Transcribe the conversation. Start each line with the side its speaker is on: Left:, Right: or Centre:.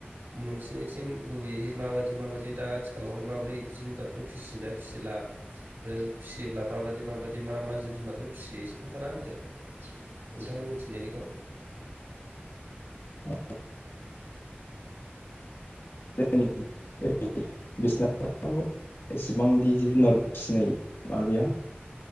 Right: नोंसिनिथिं गुबैयैहाय माबायदि माबायदि दा आथिखालावहाय माबोरै जिब जुनारफोर फिसियोना फिसिला आरो फिसियोब्ला माबायदि माबायदि मा मा जिब जुनारफोर फिसियो एसे खोन्थाना होदो नोंथांमोन निथिंजायनिखौ
Left: औ जोंनि ओर बिसनाटाव एसेबांदि जिब जुनार फिनाय मा गैया